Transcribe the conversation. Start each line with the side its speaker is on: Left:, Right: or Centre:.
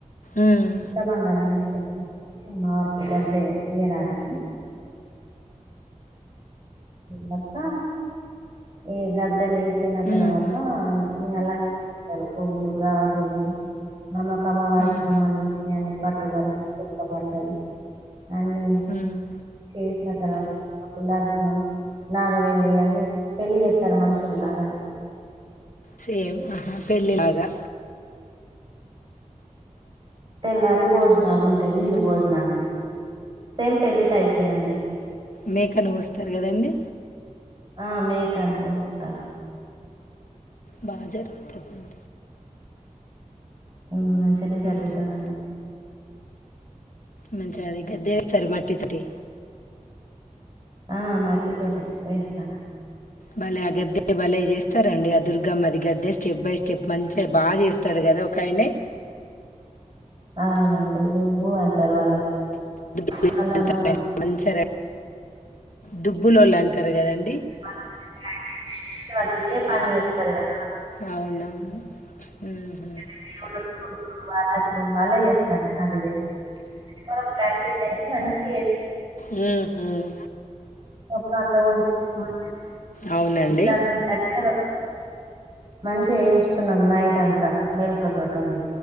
Left: మ్మ్.
Right: ఇంత బాంగరం అమ్మవారికి గద్దె తీయడానికి మాత ఏ గద్దలే సిన తర్వాత
Left: మ్మ్హ.
Right: అలా పువ్వులు గాజులు అమ్మ వారికి
Left: మ్మ్హ.
Right: సంబంధించిన అన్ని పట్ అటువంటి పదార్థాలు అన్ని
Left: మ్మ్.
Right: చేసిన తర్వాత <unintelligible> నాగవెళ్ళి అన్ని పెళ్ళి చేస్తారు మనుషులులాగానే
Left: సేమ్ ఆహా పెళ్ళిలాగా
Right: తెల్లారి భోజనాలు ఉంటావి విందు భోజనాలు సేమ్ పెళ్లి టైపేనండి
Left: మేకను కోస్తారు కదండి
Right: ఆ మేకాను కోస్తాం
Left: బా జరుగుతాదండి
Right: ఉమ్ మంచి గనే జరుగుతాధండి
Left: మ్మ్హ. మచగది గద్దే సరి మట్టితోటి
Right: ఆ మట్టి తోటే వేస్తాము
Left: భలే ఆ గద్దె భలే చేస్తారండి ఆ దుర్గమ్మది గద్దె స్టెప్ బై స్టెప్ మంచిగా బాగా చేస్తాడు కదా ఒకయనే
Right: అవునండి బు అంటారు వాళ్ళ
Left: <unintelligible>
Right: వాళ్ళను
Left: మంచర దుబ్బులోళు అంటారు కదండి
Right: వాళ్ళకి ప్రాక్టీస్ అయిపోయిది వాళ్ళు ఇదే పని చేస్తారు గా
Left: అవునవును ఉ హు
Right: దేవుళ్లను <unintelligible> వాళ్ళకు వాళ్ళే చేస్తారు ఇట్లాంటిది చాలా ప్రాక్టీస్ అయింది మంచి సి
Left: మ్మ్.
Right: మొత్తం అంతమంది మన్
Left: అవునండి
Right: ఈసారి మేము గట్టిగా మంచి వేయించుకున్నాం నైట్ అంతా మేల్ కాకండి